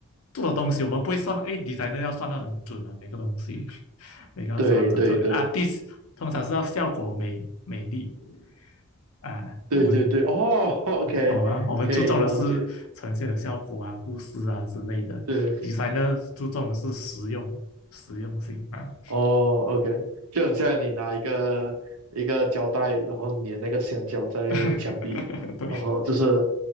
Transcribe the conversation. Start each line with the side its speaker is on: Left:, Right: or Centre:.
Left: 做的东西，我们不会算，诶 d e s 要算的很准啊，每个东西 <laughs> 每个要算的准准。
Right: 对对对
Left: artist 通常是要效果美美丽啊，
Right: 对对对，
Left: 我们
Right: 哦，OK，
Left: 懂吗？我们注重的是呈现的效果啊、
Right: 可以了解，
Left: 故事啊之类的，designer
Right: 对，
Left: 注重的是实用、实用性啊。
Right: 哦，OK，就很像你拿一个一个胶带，
Left: 嗯
Right: 然后粘那个香蕉在墙壁，
Left: <laughs> 对，
Right: 然后这是